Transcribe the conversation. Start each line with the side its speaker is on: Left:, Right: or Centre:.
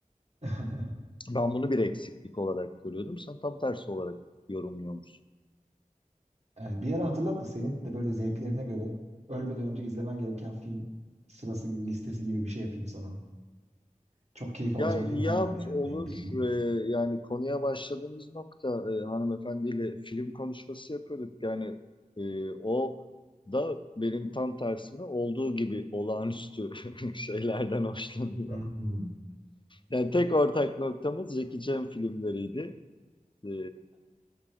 Right: <laughs>
Left: Ben bunu bir eksiklik olarak görüyordum. Sen tam tersi olarak yorumluyormuşsun.
Right: Yani bir yere hatırlat da senin de böyle zevklerine göre ölmeden önce izlemen gereken film sırası gibi listesi gibi bir şey yapayım sana. Çok keyif alacağın
Left: Ya
Right: filmler
Left: yap
Right: var yani
Left: olur
Right: benim bildiğim.
Left: Ee, yani konuya başladığımız nokta e, hanımefendiyle film konuşması yapıyorduk. Yani e, o da benim tam tersime olduğu gibi olağanüstü <laughs> şeylerden hoşlanıyor.
Right: Hmm.
Left: Yani tek ortak noktamız Jackie Chan filmleriydi. Ee,